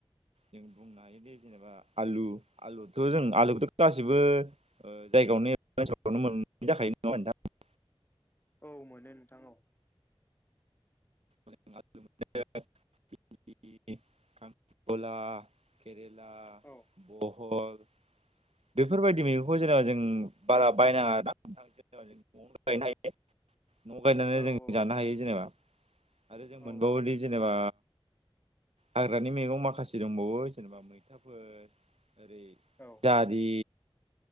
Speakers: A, on the right (about 80°); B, on the left (about 20°).
A: जों बुंनो हायो जेनेबा आलु आलुथ' जों आलुखौथ' गासिबो जायगायावनो नो मोन जाखायो नङा होनबा नोंथां
B: औ मोनो नोंथा औ
A: <unintelligible> कांक्रिखला केरेला
B: औ
A: बहल बेफोरबायदि मैगंखौ जेनेबा जों बारा बायनाङा जेनेबा जों न'आवनो गायनो हायो। न' गायनानै
B: औ
A: जों
B: औ
A: जानो हायो जेनेबा आरो जों
B: औ
A: मोनबावोदि
B: हायो नोंथां
A: जेनेबा हाग्रानि मैगं माखासे दंबावो जेनेबा मैथाफोर ओरै
B: औ।
A: जारि